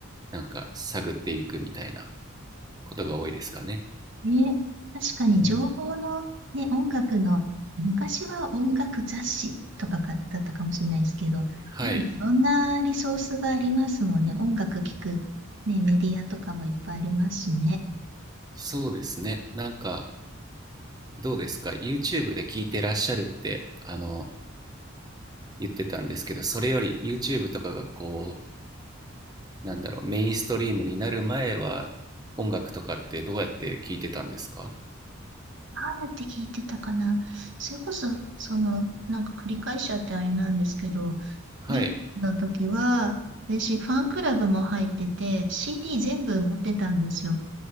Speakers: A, on the right; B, on the right.
A: なんか探っていくみたいなことが多いですかね。
B: ね、確かに情報の、
A: うん、
B: ね、音楽の、昔は音楽雑誌とかがだったかもしれないですけど、
A: はい
B: 今いろんなリソースがありますもんね。音楽聴く、ね、メディアとかもいっぱいありますしね。
A: そうですねなんかどうですか YouTube で聞いてらっしゃるってあの言ってたんですけどそれより YouTube とかがこうなんだろうメインストリームになる前は音楽とかってどうやって聞いてたんですか
B: どうやって聞いてたかな。それこそ、その、なんか繰り返しちゃってあれなんですけど、
A: はい
B: リンの時は、私、ファンクラブも入ってて、CD 全部持ってたんですよ。